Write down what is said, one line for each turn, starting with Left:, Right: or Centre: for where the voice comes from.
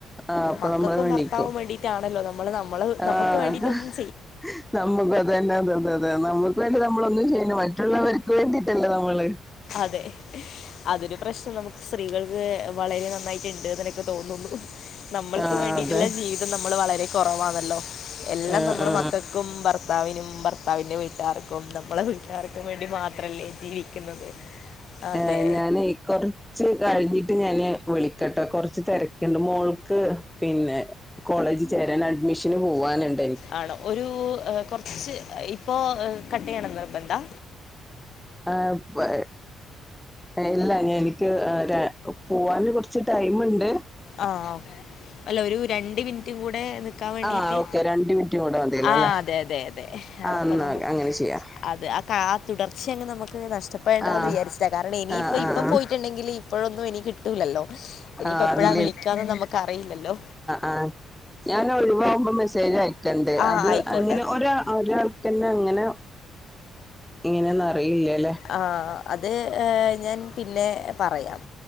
Centre: ആഹ് അപ്പൊ
Left: മക്കൾക്കും
Centre: നമ്മള് എണീക്കും
Left: ഭർത്താവും വേണ്ടീട്ടാണല്ലോ നമ്മള് നമ്മള്
Centre: ആഹ്
Left: നമ്മുക്ക് വേണ്ടീട്ടൊന്നും
Centre: നമുക്ക് അതന്നെ അതെതെ അതെ നമ്മുക്ക് വേണ്ടി നമ്മളൊന്നും ചെയ്യ മറ്റുള്ളവർക്ക് വേണ്ടിട്ടല്ലേ നമ്മള്
Left: അതെ അതൊരു പ്രശ്നം നമുക്ക് സ്ത്രീകൾക്ക് വളരെ നന്നായിട്ടുണ്ട് എന്നൊക്കെ തോന്നുള്ളൂ നമ്മൾക്ക്
Centre: ആ
Left: വേണ്ടിട്ടുള്ള
Centre: അതെ
Left: ജീവിതം നമ്മൾ വളരെ കുറവാണല്ലോ എല്ലാം
Centre: ആ
Left: നമ്മുടെ
Centre: ആ
Left: മക്കൾക്കും ഭർത്താവിനും ഭർത്താവിൻ്റെ വീട്ടുകാർക്കും നമ്മളെ വീട്ട്കാർക്ക് വേണ്ടി മാത്രല്ലേ ജീവിക്കുന്നത് അതെ.
Centre: ഏഹ് ഞാനേ കുറച്ച് കഴിഞ്ഞിട്ട് ഞാന് വിളിക്കട്ടൊ കൊറ്ച്ച് ച്ച് തെരക്ക്ണ്ട് മോൾക്ക് പിന്നെ കോളേജി ചേരാൻ അഡ്മിഷന് പോവാന്ണ്ട്
Left: ആണോ ഒരു ഹ് കൊർച്ച് ഇപ്പോ കട്ട്യ്യണ നിർബന്താ
Centre: ആഹ് പ് ഇല്ലാ എനിക്ക് ആര പോവാന് കെർച്ച് ടൈമ് ണ്ട്
Left: ആഹ് അല്ല ഒരു രണ്ട് മിനിറ്റ് കൂടെ നി ക്കാൻ വേണ്ടീട്ട്
Centre: ആ ഓക്കെ രണ്ട് മിനിറ്റ് കൂടെ മതിയല്ലോ
Left: ആഹ്
Centre: അല്ലെ
Left: അതെ അതെ അതെ ആഹ്
Centre: ആ
Left: അപ്പൊ
Centre: എന്നാ
Left: നമുക്ക്
Centre: അങ്ങനെ ചെയ്യാം
Left: അത് അ ആ തുടർച്ചയങ്ങ് നമുക്ക് നഷ്ട്ടപ്പെടണ്ടാന്ന്
Centre: ആ
Left: വിചാരിച്ചതാ കാരണം ഇനി ഇനിയിപ്പ
Centre: ആ ആ ആ
Left: ഇപ്പ പോയിട്ടുണ്ടെങ്കിൽ ഇപ്പോഴൊന്നും ഇനി കിട്ടൂലല്ലോ ഇനിയിപ്പോ
Centre: ആവി
Left: എപ്പോഴാ വിളിക്കാന്ന് നമ്ക്കറിയില്ലല്ലോ
Centre: ആ ഞാൻ ഒഴിവാവുമ്പോ മെസ്സേജ് അയക്കണ്ട്
Left: ആഹ്
Centre: അത്
Left: ആയിക്കോട്ടെ
Centre: അങ്ങിനെ ഒരാ ഒരാൾക്ക ന്നെ അങ്ങനെ ഇങ്ങനെന്ന് അറിയില്ല
Left: ആഹ് അത് ഹ് ഞാൻ പിന്നെ പറയാം